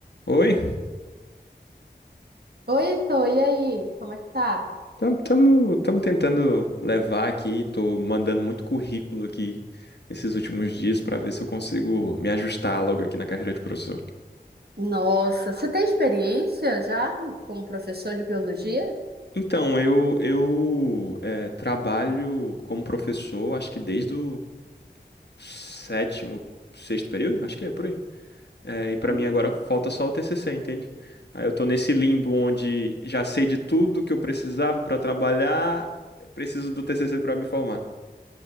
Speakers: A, on the left (about 75°); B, on the right (about 65°).
A: Oi,
B: Oi, Heitor, e aí? Como é que tá?
A: estamos tentando levar aqui, tô mandando muito currículo aqui esses últimos dias para ver se eu consigo me ajustar logo aqui na carreira de professor.
B: Nossa, você tem experiência já como professor de biologia?
A: Então, eu, eu eh, trabalho como professor, acho que desde o sétimo, sexto período, acho que é por aí. Eh, e para
B: Hum.
A: mim agora falta só o TCC, entende? Aí eu tô nesse limbo onde já sei de tudo que eu precisava para trabalhar, preciso do TCC para me formar.